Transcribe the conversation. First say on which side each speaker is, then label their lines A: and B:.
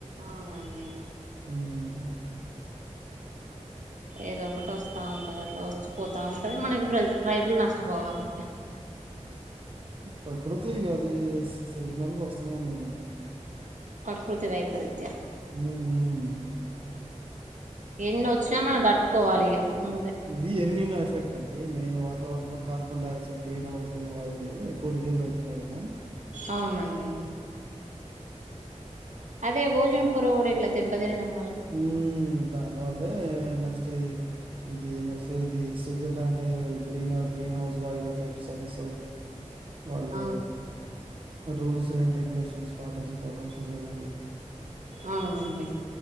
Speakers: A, on the right (about 75°); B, on the right (about 45°).
A: అవునండి
B: అ
A: ఏదో ఒకటి వస్తా ఉంటది అట్లా వచ్చి పోతా ఉంటది మనకి రైతులు నష్టపోవాలే
B: ప్రకృతి కాది సీజనల్కి వస్తూనే ఉన్నాయి లే అండి
A: ప్రకృతి వైపరిత
B: హ
A: ఎన్ని వచ్చినా మనం తట్టుకోవాలి ఇక ముందే
B: ఇది ఎల్‌నినో ఎఫెక్ట్ అండి మెయిన్ వాతావరణ లో carbon dioxide green house ఆయులు ఎక్కువ రిలీజ్ అవుతున్నాయి కదా
A: అవునండి అదే భోజన కూర కూడా ఇట్లా దెబ్బ తినడం
B: ఉం దాని వల్లే నెక్స్ట్ ఇది నెక్స్ట్ ఇది Switzerland green green house Dubai కి షేర్ట్ సదస్ వాళ్ళు
A: ఆ
B: రూల్స్ అండ్ రెగ్య లేషన్ స్పాటన్ ఎగ్జిపోవటం స్విట్జరల్యాండ్
A: అవునండి